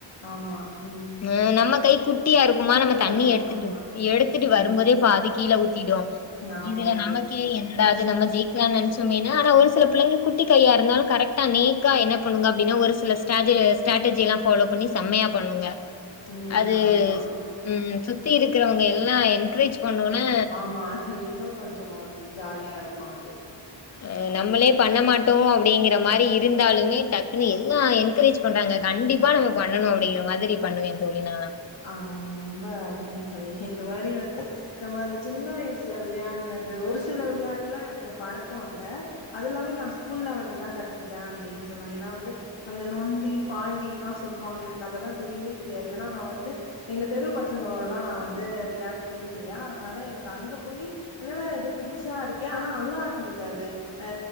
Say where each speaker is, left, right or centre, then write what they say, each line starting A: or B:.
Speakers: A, on the left; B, on the left.
A: ஆமா. ம்.
B: ஆ நம்ம கை குட்டியா இருக்குமா
A: குட்டியா
B: நம்ம தண்ணி
A: இருக்கும்.
B: எடுத்துட்டு
A: ஆமா.
B: எடுத்துட்டு
A: ம்.
B: வரும்போதே பாதி கீழ ஊத் திரு
A: ஆமாமா.
B: இதுல நமக்கே என் னடா இது நம்ம ஜெயிக்கலாம்னு நெனைச்சோமே ஆனா ஒரு சில பிள்ளைங்க குட்டி கையா இருந்தாலு கரெக்டா நேக்கா என்ன பண்ணுங்க அப்டின்னா ஒரு சில ஸ்ட்ராஜு ஸ்ட்ராட்டஜி எல்லா ஃபாலோ பண்ணி செமையா பண்ணுங்க
A: ம்.
B: அது
A: ஆமா.
B: உம் சுத்தி இருக்கிறவங்க எல்லா என்கரேஜ் பண்ணவுன்னே
A: மா அது இன்னும் கொஞ்சோ ஜாலியா இருக்கு அது
B: ஆ நம்மளே பண்ண மாட் டோ அப்டிங்கிற மாரி இருந்தாலுமே டக்குன்னு எல்லா என்கரேஜ் பண்றாங்க கண்டிப்பா நம்ம பண்ணனு அப்டிங்கற மாதிரி பண்ணுவே தோழி நா
A: ஆமா ரொம்ப அருமையா சொன்னீங்க இந்த மாரி வந்து நம்ம அந்த சின்ன வயசுல விளையாட்னது ஒரு சில விளையாட்டுலா எனக்கு பழக்கோ இல்ல அது எல்லாமே நா ஸ்கூல்ல வந்துதா கத்துக்கிட்டே அப்டின்னு சொல்லலா. ஏன்னா வந்து அந்த நொண்டி பாண்டில்லா சொல்வாங்க எனக்கு அதெல்லா தெரியவே தெரியாது. ஏன்னா நா வந்து எங்க தெரு பசங்களோடல்லா நா வந்து விளையாடுனதே இல்லயா அதனால எனக்கு அங்க போய் என்னடா இது புதுசா இருக்கே ஆனா நல்லா இருந்தது அது ஆ